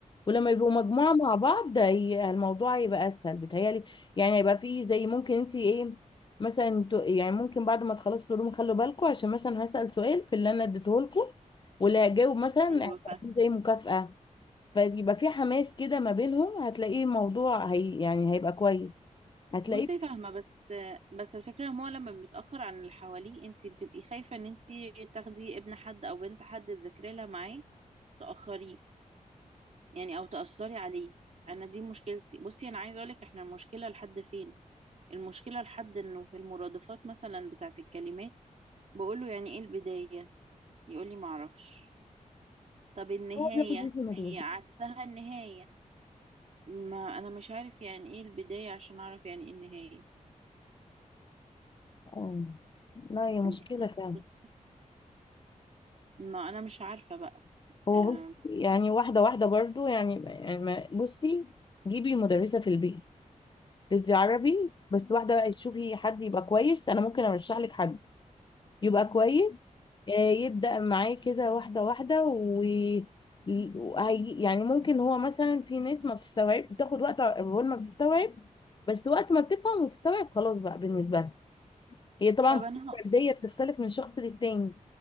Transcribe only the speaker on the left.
ولما يبقوا مجموعة مع بعض ده هي- الموضوع هيبقى أسهل بتهيألي يعني هيبقى فيه زي ممكن انت ايه مثلا ت- يعني ممكن بعد ما تخلصوا تقولوا خلوا بالكم عشان مثلا هسأل سؤال في اللي انا اديته لكم واللي هيجاوب مثلا
هيبقى
فيه زي مكافأة فيبقى في حماس كده ما بينهم هتلاقيه الموضوع هي يعني هيبقى كويس هتلاقيه
هو بياخد اسم المدرسة
اه لا هي مشكلة
فعلا
هو
بص يعني واحدة واحدة برضو يعني يعني ما- بصي جيبي مدرسة في البيت تدي عربي بس واحدة بقى تشوفي حد يبقى كويس أنا ممكن أرشح لك حد يبقى كويس آه، يبدأ معاه كده واحدة واحدة و ل- وهي- يعني ممكن هو مثلا في ناس ما بتستوعب بتاخد وقت أول ما بتستوعب بس وقت ما بتفهم وتستوعب خلاص بقى بالنسبة لها هي طبعا
في
فردية بتختلف من شخص للتاني